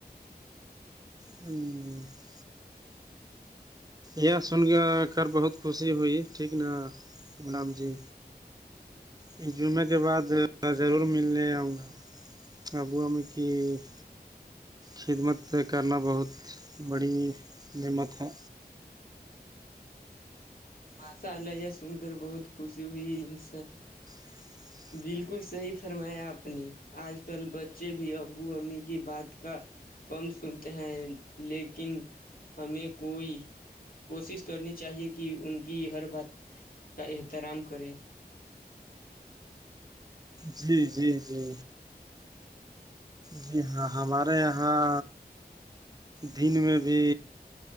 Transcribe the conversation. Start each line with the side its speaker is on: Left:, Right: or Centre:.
Right: ہوں <inaudible> یہ سن کر کرھر بہت خوشی ہوئی ٹھیک غلام جی ایک جمعے کے بعد ضرور ملنے آؤں گا آبو آ میںکی <inaudible> خدمت کرنا بہت بڑی نعمت ہے
Left: ماسا الیا سن کر بہت خوشی ہوئی ان سے <unintelligible>
Right: <inaudible>
Left: بالکل صحیح فرمایا آپ نے آج کل بچے بھی ابو امی کی بات کا کم سنتے ہیں لیکن ہمیں کوئی کوشش کرنی چاہیے کہ ان کی ہر بات کا احترام کریں
Right: جی جی جی جی ہاں ہمارے یہاں دن میں بھی